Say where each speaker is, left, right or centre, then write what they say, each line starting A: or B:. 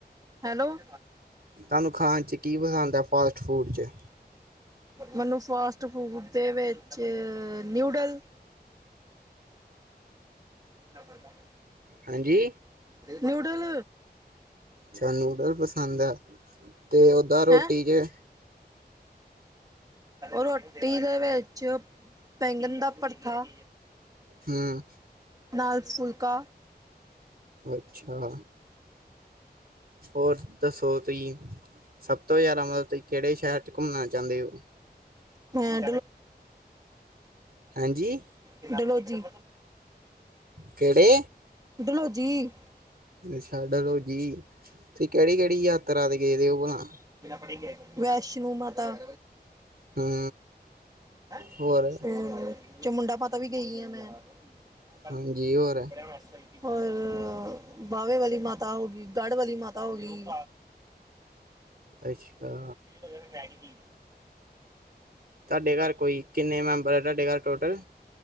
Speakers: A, on the right; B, on the right.
A: ਹੈਲੋ!
B: ਤਾਨੂੰ ਖਾਨ 'ਚ ਕੀ ਪਸੰਦ ਐ ਫਾਸਟ ਫੂਡ 'ਚ?
A: ਮੈਨੂੰ ਫਾਸਟ ਫੂਡ ਦੇ ਵਿੱਚ, ਨਿਊਡਲ। ਸਫਰ ਕਢੱ।
B: ਹਾਂਜੀ।
A: ਨਿਊਡਲ।
B: ਅੱਛਾ, ਨੂਡਲ ਪਸੰਦ ਐ, 'ਤੇ ਓਦਾਂ ਰੋਟੀ
A: ਹੈਂ
B: 'ਚ
A: ਰੋਟੀ ਦੇ ਵਿੱਚ, ਬੈਂਗਨ ਦਾ ਭੜੱਥਾ।
B: ਹੂੰ
A: ਨਾਲ ਫੁਲਕਾ।
B: ਅੱਛਾ ਹੋਰ, ਦੱਸੋ ਤੁਹੀਂ, ਸਭ ਤੋਂ ਜਾਦਾ ਮਤ ਕੇੜੇ ਸ਼ਹਿਰ 'ਚ ਘੁੰਮਨਾ ਚਾਂਦੇ ਓ?
A: ਹੈਂ!
B: ਹਾਂਜੀ
A: ਡਲੋਜੀ-ਡਲੋਜੀ।
B: ਕਿਹੜੇ?
A: ਡਲੋਜੀ।
B: ਛੱਡ ਰੋ ਜੀ, ਤੁਸੀਂ ਕੇੜੀ- ਕੇੜੀ ਯਾਤਰਾ ਤੇ ਗਏ ਦੇ ਹੋ ਭਲਾ।
A: ਤੇ ਅਪਨੀ ਗਏ ਸੀ, ਵੈਸ਼ਨੋ ਮਾਤਾ।
B: ਹੂੰ।
A: ਹੈਂ!
B: ਹੋਰ
A: ਚਮੁੰਡਾ ਮਾਤਾ ਵੀ ਗਈ ਆ ਮੈਂ। ਮਾਤਾ,
B: ਹਾਂਜੀ
A: ਹੈ
B: ਹੋਰ
A: ਨੀ ਕੁ ਰਹਿਨ ਵਸਤੇ <unintelligible> ਔਰ, ਬਾਵੇ ਵਾਲੀ ਮਾਤਾ ਹੋ ਗਈ, ਗੜ੍ਹ ਵਾਲੀ ਮਾਤਾ ਹੋ ਗਈ।
B: ਅੱਸ਼ਾ।
A: ਉਸ ਦਿਨ ਮੈਗੀ ਸੀ।
B: ਤੁਹਾਡੇ ਘਰ ਕੋਈ, ਕਿੰਨੇ ਮੈਂਬਰ ਐ ਤੁਹਾਡੇ ਘਰ ਟੋਟਲ?